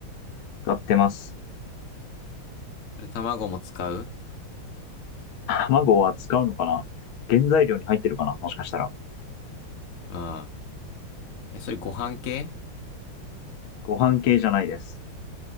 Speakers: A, on the left (about 75°); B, on the left (about 55°).
A: 使ってます。
B: それ卵も使う
A: 卵は使うのかな原材料に入ってるかなもしかしたら。
B: ああー。え、それご飯系
A: ご飯系じゃないです。